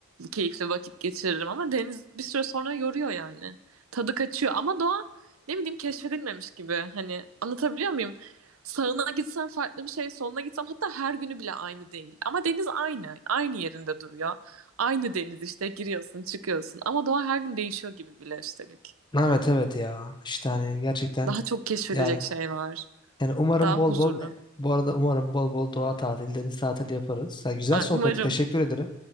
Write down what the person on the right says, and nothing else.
keyifli vakit geçiririm ama deniz bir süre sonra yoruyor yani tadı kaçıyor ama doğa ne bileyim keşfedilmemiş gibi hani anlatabiliyor muyum? Sağına gitsen farklı bir şey soluna gitsen hatta her günü bile aynı değil ama deniz aynı aynı yerinde duruyor aynı deniz işte giriyorsun çıkıyorsun ama doğa her gün değişiyor gibi bile üstelik.
Daha çok keşfedecek
şey var.
Daha
huzurlu.
Ay,
umarım.